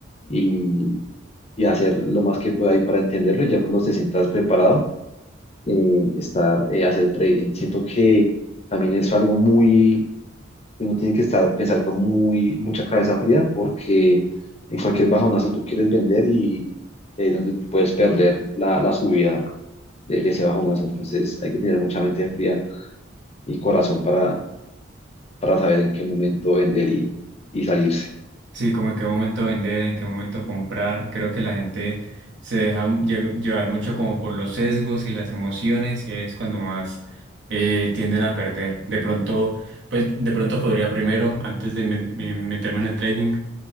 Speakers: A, on the left; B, on the right.
A: y y hacer lo más que pueda ahí para entenderlo y ya cuando te sientas preparado, eh, estar, eh, hacer trading. Siento que también es algo muy, uno tiene que estar, pensar con muy, mucha cabeza fría porque en cualquier bajonazo tú quieres vender y, y ahí es donde puedes perder la, la subida de, de ese bajonazo. Entonces hay que tener mucha mente fría y corazón para, para saber en qué momento vender y, y salirse.
B: Sí, como en qué momento vender, en qué momento comprar. Creo que la gente se deja lle- llevar mucho como por los sesgos y las emociones y es cuando más eh, tienden a perder. De pronto, pues de pronto podría primero, antes de me- me- meterme en el trading,